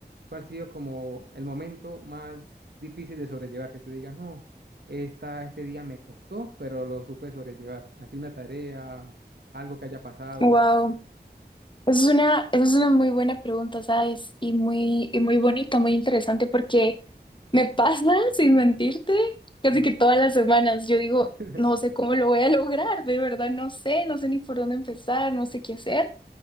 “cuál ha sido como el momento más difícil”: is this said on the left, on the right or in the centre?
Right